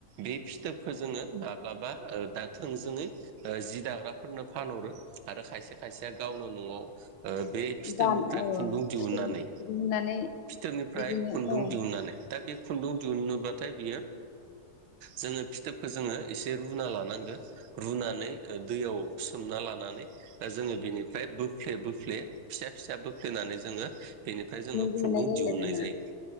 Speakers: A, on the right; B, on the left.
A: बे फिथोबखो जोङो माब्लाबा ओ दा थोंजोङै ओ जि दाग्राफोरनो फानहरो आरो खायसे खायसेया गावनो न'आव ओ बे फिथोबनिफ्राय
B: दान औ
A: खुन्दुं दिहुननानै,
B: फिथोब दिहुननानै
A: फिथोबनिफ्राय
B: बिदिनो
A: खुन्दुं
B: ओं
A: दिहुननानै दा बे खुन्दुं दिहुन्नोबाथाय बियो जोङो फिथोबखौ जोङो एसे रुना लानांगो, रुनानै ओ दैयाव सोमना लानानै दा जोङो बिनिफ्राय बोफ्ले बोफ्ले फिसा फिसा बोफ्लेनानै जोङो बेनिफ्राय जोङो
B: दिहुननाय
A: खुन्दुं
B: जायो
A: दिहुन्नाय
B: आरोना
A: जायो।